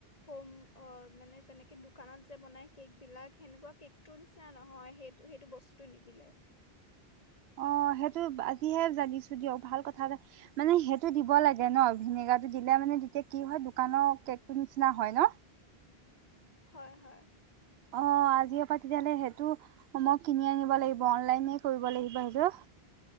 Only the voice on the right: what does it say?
অ সেইটো আজিহে জানিছো দিয়ক। ভাল কথা এ মানে সেইটো দিব লাগে ন, ভিনেগাৰটো দিলে মানে তেতিয়া কি হয় দোকানৰ কেকটো নিচিনা হয় ন?
অ আজি পৰা তেতিয়াহলে সেইটো মই কিনি আনিব লাগিব অনলাইনে কৰিব লাগিব সেইটো।